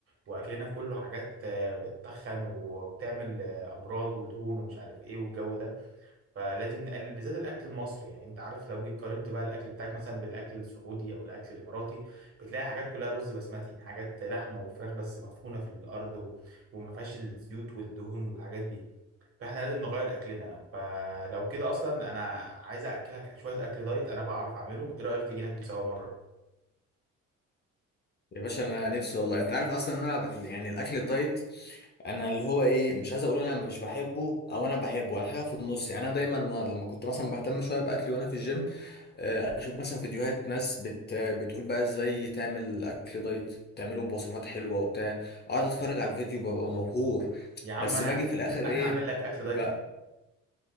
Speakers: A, on the right (about 50°); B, on the left (about 35°).
A: واكلنا كله حاجات آه، بتتخن وبتعمل امراض ودهون ومش عارف ايه والجو ده فلازم نقلل بالذات الاكل المصري يعني انت عارف لو جيت قارنت بقى الاكل بتاعك مثلا بالاكل السعودي او الاكل الاماراتي بتلاقي حاجات كلها رز بسمتي حاجات لحمه وفراخ بس مدفونه في الارض و- وما فيهاش الزيوت والدهون والحاجات دي فاحنا لازم نغير اكلنا فلو كده اصلا انا عايز اكلك شويه اكل دايت انا بعرف اعمله ايه رايك تيجي ناكل سوا مره
B: يا باشا انا نفسي والله انت عارف اصلا ان انا ب- يعني الاكل الدايت انا اللي هو ايه مش عايز اقول انا مش بحبه او انا بحبه انا حاجه في النص يعني انا دايما لما كنت مثلا بهتم شويه باكلي وانا في الجيم آه، اشوف مثلا فيديوهات ناس بت بتقول بقى ازاي تعمل اكل دايت تعمله بوصفات حلوه وبتاع اقعد اتفرج على الفيديو ببقى مبهور
A: يا عم
B: بس
A: انا
B: باجي في الاخر
A: انا
B: ايه
A: هعمل لك اكل دايت
B: ب...